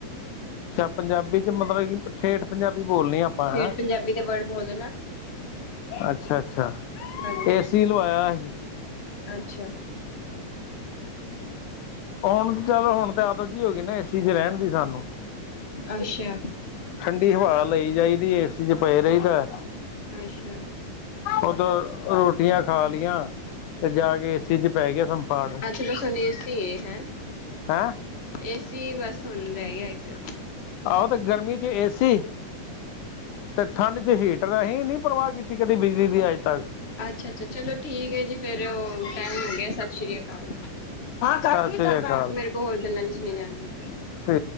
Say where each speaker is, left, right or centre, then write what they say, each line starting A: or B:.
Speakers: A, on the left; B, on the left.
A: ਅਛਾ ਪੰਜਾਬੀ ਚ ਮਤਲਬ ਕਿ ਠੇਠ ਪੰਜਾਬੀ ਬੋਲਣੀ ਆ ਆਪਾਂ
B: ਫੇਰ
A: ਹੈਂ
B: ਪੰਜਾਬੀ ਦੇ ਵਰਡ ਬੋਲੋ ਨਾ
A: ਅੱਾ ਅੱਛਾ ਅੱਛਾ
B: ਹਾਂਜੀ
A: ਏਸੀ ਲਵਾਇਆ ਸੀ
B: ਅੱਛਾ
A: ਹੁਣ ਚੱਲ ਹੁਣ ਤੇ ਆਦ ਜਿ ਹੋ ਗਈ ਨਾ ਏਸੀ ਚ ਰਹਿਣ ਦੀ ਸਾਨੂੰ
B: ਅੱਛਾ
A: ੀ ਹਵਾ ਲਈ ਜਾਈਦੀ ਏਸੀ ਚ ਪਏ ਰਹੀਦਾ
B: ਅੱਛਾ
A: ਉਓਦੋਂ ਰੋਟੀਆਂ ਖਾ ਲਈਆਂ ਤੇ ਜਾ ਕੇ ਏਸੀ ਚ ਪੈ ਗਿਆ ਸੰਫਾੜ
B: ਅੱਛਾ ਬਸ ਹੁਣ ਏਸੀ ਏ ਹੈਂ
A: ਹੈਂ
B: ਏਸੀ ਬਸ ਹੁਣ ਰਹਿ ਗਿਆ ਇੱਕ
A: ਆਹੋ ਤੇ ਗਰਮੀ ਚ ਏਸੀ ਤੇ ਠੰਡ ਚ ਹੀਟਰ ਅਸੀਂ ਨਹੀਂੀ ਪਰਵਾਹ ਕੀਤੀ ਕਦੀ ਬਿਜਲੀ ਦੀ ਅੱਜ ਤੱਕ
B: ਅੱਛਾ ਅੱਛਾ ਚਲੋ ਠੀਕ ਹੈ ਜੀ ਫੇਿਰ ਟਾਈਮ ਹੋ ਗਿਆ ਸਤਿ ਸ੍ਰੀ ਅਕਾਲ
A: ਸਤਿ ਸ੍ਰੀ ਅਕਾਲ
B: ਮੇਰੇ ਕੋਲ ਹੋਰ ਗੱਲਾਂ ਨੀ ਸੁਣੀਆਂ ਜਾਣਗਆਂ
A: ਤੇ